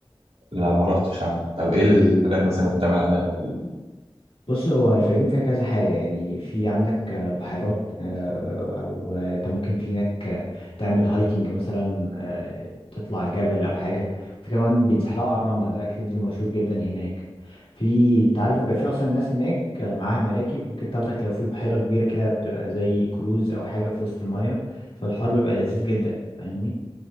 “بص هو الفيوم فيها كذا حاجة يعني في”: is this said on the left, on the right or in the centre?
Left